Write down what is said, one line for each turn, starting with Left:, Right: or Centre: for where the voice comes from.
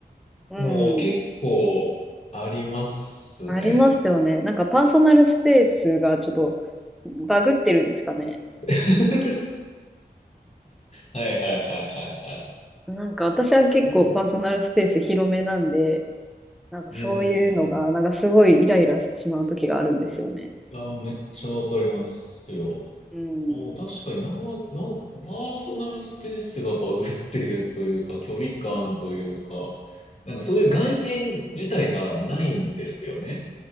Centre: うん。
Left: の結構ありますね。
Centre: ありますよね。なんかパーソナルスペースがちょっとバグってるんですかね。
Left: <laughs> はいはいはいはいはい。
Centre: なんか私は結構パーソナルスペース広めなんで、
Left: そう
Centre: なんかそういうのが、
Left: うんうんうんうん。
Centre: なんかすごいイライラしてしまう時があるんですよね。
Left: いや、めっちゃわかりますよ。
Centre: うん。
Left: ああ、確かにな、な、パーソナルスペースがバグってるというか、距離感というか、なんかそういう概念自体がないんですよね。